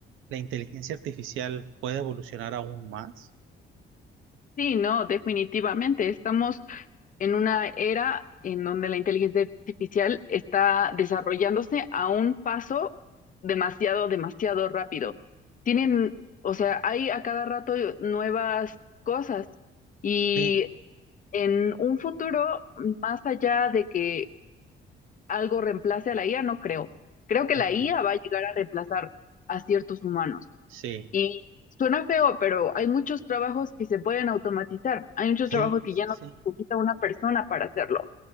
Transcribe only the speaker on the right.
¿La inteligencia artificial puede evolucionar aún más?
Sí,
ok.
Sí,
sí,
sí,
sí.